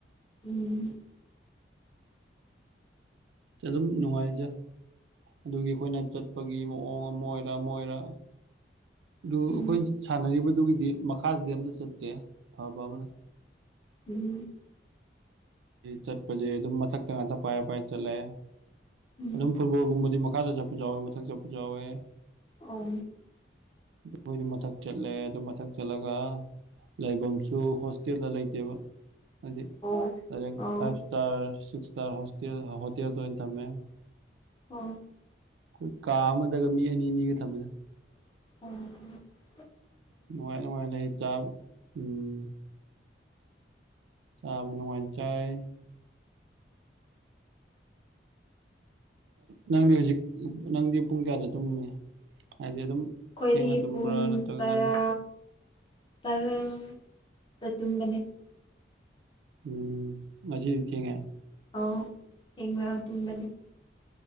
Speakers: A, on the left; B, on the right.
A: ꯎꯝ
B: ꯑꯗꯨꯝ ꯅꯨꯡꯉꯥꯏꯖ ꯑꯗꯨꯒꯤ ꯑꯩꯈꯣꯏꯅ ꯆꯠꯄꯒꯤ ꯃꯑꯣꯡ ꯑꯃ ꯑꯣꯏꯔ ꯑꯃ ꯑꯣꯏꯔ ꯑꯗꯨ
A: ꯎꯝ
B: ꯑꯩꯈꯣꯏ ꯁꯥꯟꯅꯔꯤꯕꯗꯨꯒꯤꯗꯤ ꯃꯈꯥꯗꯗꯤ ꯑꯝꯇ ꯆꯠꯇꯦ ꯐꯕ ꯑꯃꯅ
A: ꯎꯝ
B: ꯆꯠꯄꯁꯦ ꯑꯗꯨꯝ ꯃꯊꯛꯇ ꯉꯥꯛꯇ ꯄꯥꯏꯔ ꯄꯥꯏꯔ ꯆꯠꯂꯦ
A: ꯎꯝ
B: ꯑꯗꯨꯝ ꯐꯨꯠꯕꯣꯜꯒꯨꯝꯕꯗꯤ ꯃꯈ ꯃꯈꯥꯗ ꯆꯠꯄꯁꯨ ꯌꯥꯎꯋꯦ ꯃꯊꯛ ꯆꯠꯄꯁꯨ ꯌꯥꯎꯋꯦ
A: ꯑꯣ
B: ꯑꯩꯈꯣꯏꯗꯤ ꯃꯊꯛ ꯆꯠꯂꯦ ꯑꯗꯨ ꯃꯊꯛ ꯆꯠꯂꯒ ꯂꯩꯥꯕꯁꯨ ꯍꯣꯁꯇꯦꯜꯗ ꯂꯩꯇꯦꯕ ꯍꯥꯏꯗꯤ
A: ꯑꯣ
B: ꯗꯥꯏꯔꯦꯛ
A: ꯑꯣ
B: five star six star hostel ꯍꯥ ꯍꯣꯇꯦꯜꯗ ꯑꯣꯏꯅ ꯊꯝꯃꯦ
A: ꯑ
B: ꯑꯩꯈꯣꯏ ꯀꯥ ꯑꯃꯗꯒ ꯃꯤ ꯑꯅꯤ ꯑꯅꯤꯒ ꯊꯝꯃꯦ
A: ꯎꯃ
B: ꯅꯨꯡꯉꯥꯏꯅꯨꯡꯉꯥꯏ ꯂꯩ ꯆꯥꯕ ꯎꯝ ꯆꯥꯕ ꯅꯨꯡꯉꯥꯏꯅ ꯆꯥꯏ ꯅꯪꯗꯤ ꯍꯧꯖꯤꯛ ꯅꯪꯗꯤ ꯄꯨꯡ ꯀꯌꯥꯗ ꯇꯨꯝꯅꯤ ꯍꯥꯏꯗꯤ ꯑꯗꯨꯝ
A: ꯑꯩꯈꯣꯏꯗꯤ
B: ꯊꯦꯡꯅ ꯇꯨꯝꯕ꯭ꯔꯥ
A: ꯄꯨꯡ
B: ꯅꯠꯇ꯭ꯔꯒ
A: ꯇꯔꯥ
B: ꯉꯟꯅ
A: ꯇꯔꯥ ꯗ ꯇꯨꯝꯕꯅꯦ
B: ꯎꯝ ꯉꯁꯤꯗꯤ ꯊꯦꯡꯉꯦ
A: ꯑꯣ ꯊꯦꯡꯂꯇꯨꯝꯕꯅꯤ <inaudible>